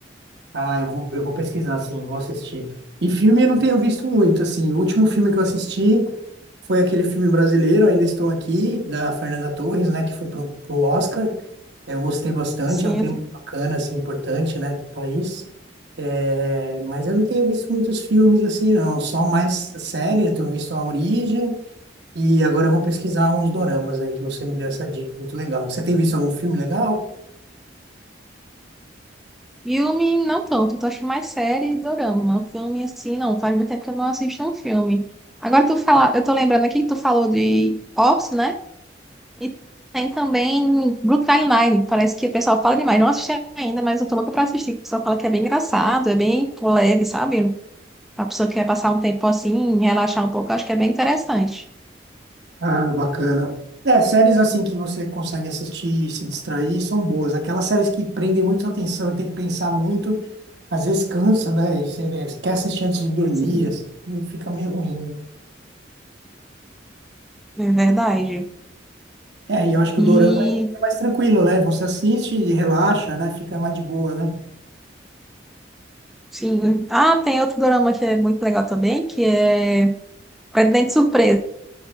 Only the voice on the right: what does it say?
Ah, eu vou, eu vou pesquisar, assim, vou assistir. E filme eu não tenho visto muito, assim. O último filme que eu assisti foi aquele filme brasileiro, Ainda Estou Aqui, da Fernanda Torres, né, que foi pro, pro Oscar. Eu gostei bastante,
é um tema
bacana, assim, importante, né, pro país. É, mas eu não tenho visto muitos filmes, assim, não. Só mais série, eu tenho visto A Origem. E agora eu vou pesquisar uns doramas aí, que você me deu essa dica. Muito legal. Você tem visto algum filme legal?
Ah, bacana. É, séries assim que você consegue assistir e se distrair são boas. Aquelas séries que prendem muito a atenção e tem que pensar muito, às vezes cansa, né? E Você né, quer assistir antes de dormir,
assim, e fica meio ruim, né?
É, e eu acho que
o dorama ele é mais tranquilo, né? Você assiste e relaxa, né? Fica mais de boa, né?